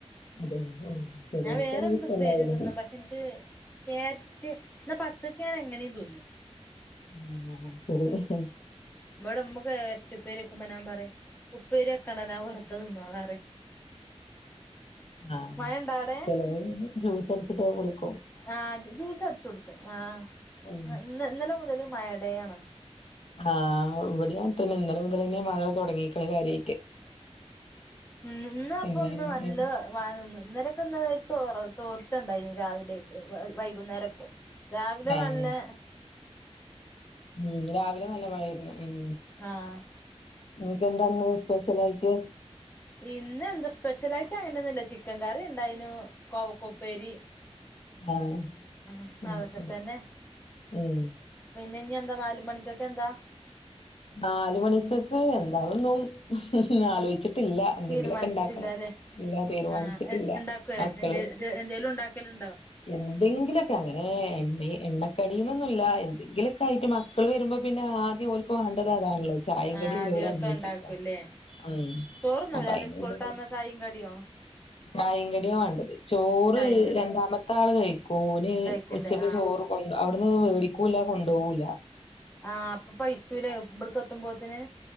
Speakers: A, on the left; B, on the left.
A: അതെ ആഹ് ചെലോർക്ക്
B: ഞാൻ വേറെന്ത്
A: അത് ഇഷ്ടണ്ടാവൂല.
B: ഉപ്പേരി തിന്നും പക്ഷെ ഇൻക്ക് ഇൻക്ക് ക്യാരറ്റ് ഇന്നാ പച്ചക്ക് ഞാന് എങ്ങനെയും തിന്നും.
A: ആഹ്, ആഹ് ശരി ഹ് ഹ്
B: ഇബടെ ഇമ്മ ക്യാരറ്റ് ഉപ്പേരി വെക്കുമ്പോൾ ഞാൻ പറയും ഉപ്പേരി വെക്കണ്ട ഞാൻ വെറുതെ തിന്നോള പറയ്.
A: ആഹ്,
B: മഴ ഇണ്ടാ അവിടെ
A: ചെലോര് പിന്നെ ജ്യൂസ് അടിച്ചിട്ട് ഒക്കെ കുടിക്കും.
B: ആഹ്, ജ്യൂസ് അടിച്ച് കുടിച്ചും. ആഹ്
A: ഉം
B: ഇന്ന്, ഇന്ന് ഇന്നലെ മുതല് മഴ ഡേയാണ്.
A: ആഹ്, ഇവടി അങ്ങൻ തന്നെ ഇന്നലെ മുതലെന്നെ മഴ തുടങ്ങീക്കിണ് കാര്യായിട്ട്.
B: ഉം, ഇന്നാ
A: പിന്നെ
B: ഇപ്പൊ ഒന്ന് നല്ല മഴ നിന്ന് ഇന്നലൊക്കെ ഇന്നലെ ഒര് തോറ തോർച്ച ഇണ്ടായിനി രാവിലെറ്റെ വൈകുന്നേരൊക്കെ. രാവിലെ
A: ആഹ്
B: നല്ലെ
A: ഉം രാവിലെ നല്ല മഴയായിരുന്നു ഉം.
B: ആഹ്.
A: ഇങ്ങക്കെന്താന്ന് സ്പെഷ്യലായിട്ട്.
B: ഇന്ന് എന്താ സ്പെഷ്യൽ ആയിട്ട് അങ്ങനന്നുംല്ല ചിക്കൻ കറി ഉണ്ടായിനു കോവക്കോപ്പേരി.
A: ആഹ്
B: ഉം
A: അത്
B: അതൊക്കെ
A: ശരി
B: തന്നെ.
A: ഉം
B: പിന്നെ ഇനി എന്താ നാല് മണിക്കൊക്കെ എന്താ.
A: നാല് മണിക്കക്ക് എന്താന്നും ആലോചിച്ചിട്ടില്ല. എന്തെങ്കിലൊക്കെ
B: തീരുമാനിച്ചിട്ടില്ലല്ലേ
A: ഇണ്ടാക്കണം ഇല്ല തീരുമാനിച്ചിട്ടില്ല
B: ആഹ് ഉണ്ടാക്കുവേ
A: മക്കള്.
B: എന്തെ എന്തേലും ഉണ്ടാക്കലുണ്ടോ
A: എന്തെങ്കിലൊക്കെ അങ്ങനെ എണ്ണ എണ്ണക്കടിന്നൊന്നുല്ല എന്തെങ്കിലൊക്കെ ആയിട്ട്. മക്കൾ വരുമ്പോ പിന്നെ ആദ്യം ഓലക്ക് വേണ്ടത് അതാണല്ലോ ചായ
B: ആഹ്
A: കടിയും ലോല്
B: ദിവസം
A: അന്വേഷിക്ക.
B: ഉണ്ടാക്കുംല്ലേ
A: ഉം
B: ചോറ്ന്നൂലാല്ലേ
A: അപ്പൊയിന്
B: സ്കൂളിട്ട്
A: എന്ത്.
B: വന്ന ചായയും കടിയോ
A: കായങ്കടിയ വേണ്ടത് ചോറ്
B: ചായയും കടിയും
A: രണ്ടാമത്തെ ആള് കഴിക്കൂ ഓന്
B: കഴിക്കില്ലേ
A: ഉച്ചക്ക്
B: ആഹ്
A: ചോറ്. കൊ അവിടുന്ന് മേടിക്കൂല്ല കൊണ്ടുപോകൂല്ല.
B: ആഹ് അപ്പൊ പയിച്ചൂലെ ഇവിടക്ക് എത്തുമ്പോത്തിന്.